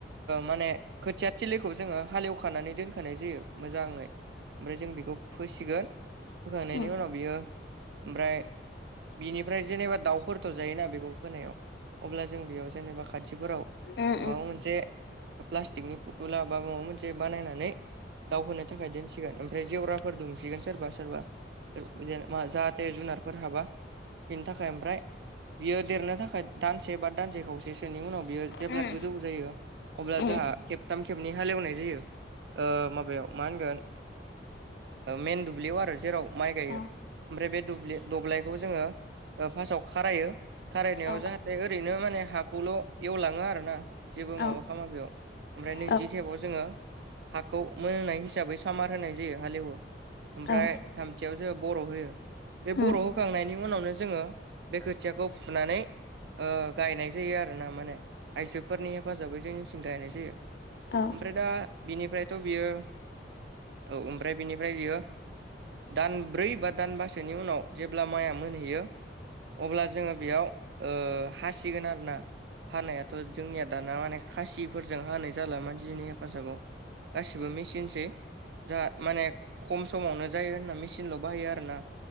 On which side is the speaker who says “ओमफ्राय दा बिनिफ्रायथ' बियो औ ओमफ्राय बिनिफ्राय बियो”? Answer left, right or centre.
Right